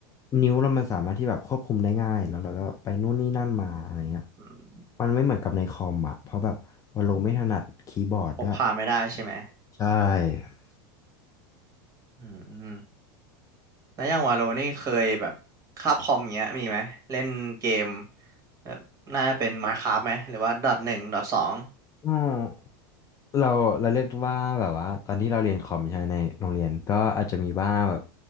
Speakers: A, on the left; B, on the right.
A: นิ้วเรามันสามารถที่แบบควบคุมได้ง่ายแล้วเราก็ไปนู่นนี่นั่นมาอะไรเงี้ย
B: อืม
A: มันไม่เหมือนกับในคอมอ่ะเพราะแบบว่าเราไม่ถนัดคีย์บอร์ดด้วย
B: พกพาไม่ได้ใช่ไหม
A: ใช่
B: อืมแล้วอย่างวาโลนี่เคยแบบคาบคอมเงี้ยมีไหมเล่นเกม แบบน่าจะเป็น Minecraft ไหมหรือว่าดอหนึ่งดอสอง
A: อืมเราเราเรียกว่าแบบว่าตอนที่เราเรียนคอมใช่ไหมในโรงเรียนก็อาจจะมีบ้างแบบ